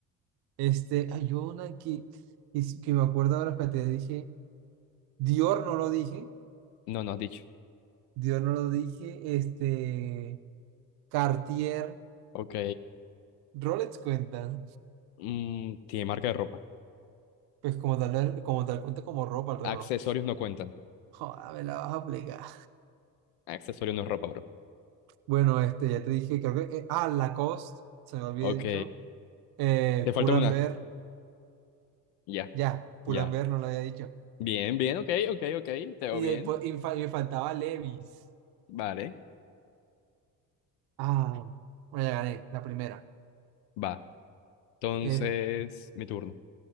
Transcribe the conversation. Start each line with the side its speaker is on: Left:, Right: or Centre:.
Right: Este, hay una que, que, s- que me acuerdo ahora, espérate, dije. Dior no lo dije.
Left: No, no has dicho.
Right: Dior no lo dije. Este, Cartier,
Left: Ok.
Right: Rolex cuenta.
Left: Mm, tiene marca de ropa.
Right: Pues como tal, como tal cuenta como ropa el reloj.
Left: Accesorios no cuentan.
Right: Joder, me la vas a aplicar.
Left: Accesorio no es ropa, bro.
Right: Bueno, este, ya te dije, creo que. eh, ah, Lacoste, se me había
Left: Ok.
Right: dicho. Eh,
Left: Te falta
Right: Pull
Left: una.
Right: and Bear
Left: Ya,
Right: ya, Pull
Left: ya.
Right: and Bear no lo había dicho.
Left: Bien, bien, ok, ok, ok. Te veo
Right: Y
Left: bien.
Right: después, y fa- y me faltaba Levi's.
Left: Vale,
Right: Ah, bueno, ya gané, la primera.
Left: va. Entonces,
Right: Es
Left: mi turno.